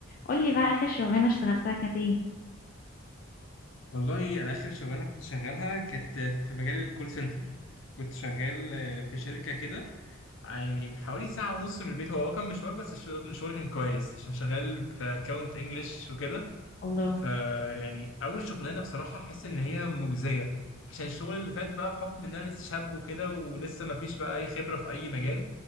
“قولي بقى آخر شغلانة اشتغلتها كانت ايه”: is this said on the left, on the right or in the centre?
Left